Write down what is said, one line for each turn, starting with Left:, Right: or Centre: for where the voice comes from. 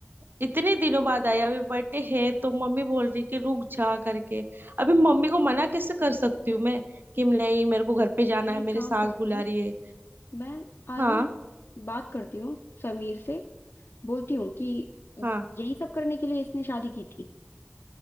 Right: इतने दिनों बाद आई अभी बर्थडे है तो मम्मी बोल रही कि रुक जा करके अभी मम्मी को मना कैसे कर सकती हूँ मैं कि नहीं मेरे को घर पे जाना
Left: मैं
Right: है
Left: एक
Right: मेरे
Left: काम
Right: सास
Left: करती
Right: बुला
Left: हूँ
Right: रही है
Left: मैं आज
Right: हाँ
Left: ना बात करती हूँ समीर से बोलती हूँ कि
Right: हाँ
Left: यही सब करने के लिए इसने शादी की थी